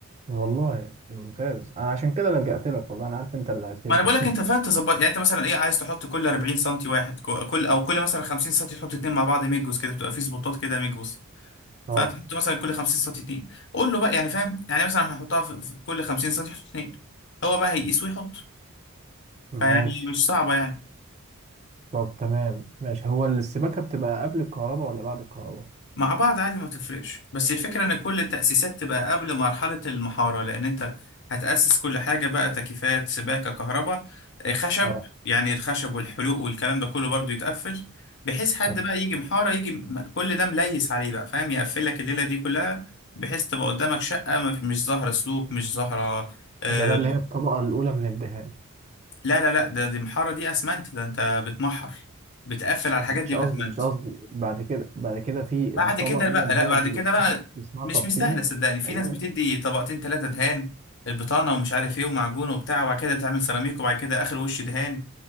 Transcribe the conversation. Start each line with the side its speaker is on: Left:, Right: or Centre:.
Right: والله ممتاز أنا عشان كده لجأت لك والله أنا عارف أنت اللي هتفيدني
Left: ما انا بقول لك
Right: <laughs>
Left: انت فاهم تظبط يعني انت مثلا ايه عايز تحط كل 40 سنتي واحد كو- كل او كل مثلا 50 سنتي تحط اتنين مع بعض ميجوز كده بتبقى في سبوتات كده ميجوز
Right: اه
Left: فانت تحط مثلا كل 50 سنتي اتنين قول له بقى يعني فاهم يعني مثلا هنحطها في في كل 50 سنتي تحط اتنين هو بقى هيقيس ويحط فيعني
Right: ماشي
Left: مش صعبة يعني
Right: طب تمام ماشي هو السباكة بتبقى قبل الكهرباء ولا بعد الكهرباء؟
Left: مع بعض عادي ما تفرقش بس الفكرة ان كل التأسيسات تبقى قبل مرحلة المحارة لان انت هتأسس كل حاجة بقى تكييفات سباكة كهرباء آه، خشب
Right: اه
Left: يعني الخشب والحلوق والكلام ده كله برضو يتقفل بحيث حد
Right: تمام
Left: بقى يجي محارة يجي م- كل ده مليس عليه بقى فاهم يقفل لك الليلة دي كلها بحيث تبقى قدامك شقة ما في- مش ظاهرة سلوك مش ظاهرة آه،
Right: ده ده اللي هي الطبقة الأولى من الدهان
Left: لا لا لا ده دي محارة دي اسمنت ده انت بتمحر بتقفل على الحاجات دي
Right: مش
Left: بأسمنت
Right: قصدي مش قصدي بعد كده بعد كده في
Left: بعد
Right: الطبقة
Left: كده
Right: الأولى
Left: بقى
Right: اللي
Left: لا
Right: هي
Left: بعد
Right: بيبقى
Left: كده
Right: اسمها
Left: بقى
Right: اسمها
Left: مش
Right: تبطين
Left: مستاهله صدقني في
Right: تقريبا
Left: ناس بتدي طبقتين ثلاثه دهان البطانه ومش عارف ايه ومعجون وبتاع وبعد كده تعمل سيراميك وبعد كده اخر وش دهان